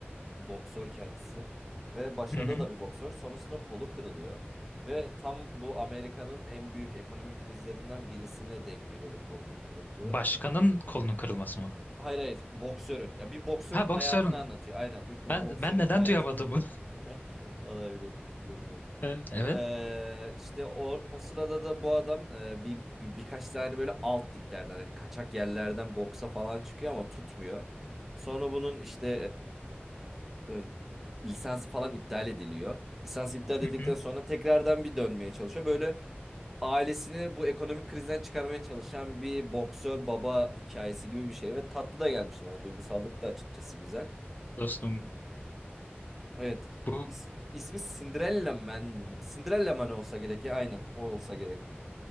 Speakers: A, in the centre; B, on the left.
A: boksör kendisi ve başarılı
B: Hı hı.
A: da bir boksör. Sonrasında kolu kırılıyor ve tam bu Amerika'nın en büyük ekonomik krizlerinden birisine denk geliyor bu kolunun kırıklığı.
B: Başkanın kolunun kırılması mı?
A: Hayır hayır boksörün. Ya bir boksörün
B: Ha
A: hayatını
B: boksörün.
A: anlatıyor. Aynen bu, bu
B: Ben
A: boksörün
B: ben neden
A: hayatını.
B: duyamadım bunu?
A: <laughs> Olabilir bilemiyorum.
B: <laughs> Evet.
A: Ee, işte o, o sırada da bu adam e, bir, bir- birkaç tane böyle alt liglerden yani kaçak yerlerden boksa falan çıkıyor ama tutmuyor. Sonra bunun işte e, e, lisansı falan iptal ediliyor. Lisans iptal edildikten
B: Hı hı.
A: sonra tekrardan bir dönmeye çalışıyor. Böyle ailesini bu ekonomik krizden çıkarmaya çalışan bir boksör baba hikayesi gibi bir şey ve tatlı da gelmişti bana duygusallık da açıkçası güzel.
B: Dostum
A: Evet.
B: bu
A: İsmi, ismi Cinderella Man. mi? Cinderella Man olsa gerek ya aynen. O olsa gerek.